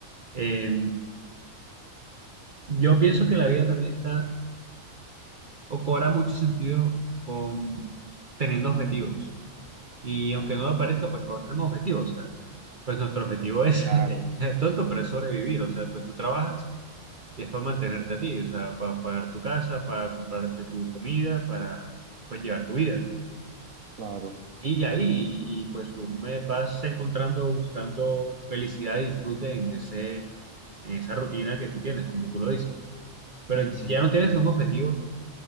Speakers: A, on the right; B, on the right.
A: Eh, yo pienso que la vida también está o cobra mucho sentido con teniendo objetivos. Y aunque
B: Ah,
A: no lo parezca, pues todos tenemos objetivos. O sea, pues nuestro objetivo es
B: Claro,
A: <laughs> es tonto, pero es sobrevivir. O sea, pues tú trabajas y es para mantenerte a ti. O sea, para pagar tu casa, para comprarte tu comida, para pues llevar tu vida.
B: claro.
A: Y ya ahí, y, y, pues tú me vas encontrando buscando felicidad y disfrute en ese, en esa rutina que tú tienes, como tú lo dices. Pero
B: Ujú,
A: si ya no tienes un objetivo,